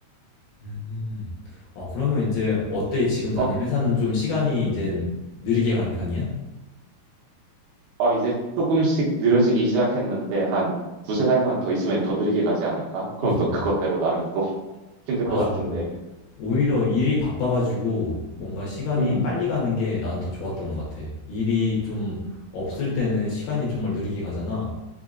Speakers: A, on the left; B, on the right.
A: 음. 음, 음. 어, 그러면 이제 어때? 지금 다니는
B: 어,
A: 회사는
B: <laughs>
A: 좀 시간이 이제 느리게 가는 편이야?
B: 아, 이제 조금씩 느려지기 시작했는데, 한 두세 달만 더 있으면 더 느리게 가지 않을까? 그럼
A: 음.
B: 또 그것대로 나름 또 <laughs> 힘들
A: 맞아.
B: 것 같은데.
A: 오히려 일이 바빠 가지고 뭔가 시간이
B: 음,
A: 빨리 가는 게 나는 더 좋았던 것 같아. 일이 좀 없을
B: 음,
A: 때는 시간이 정말 느리게 가잖아.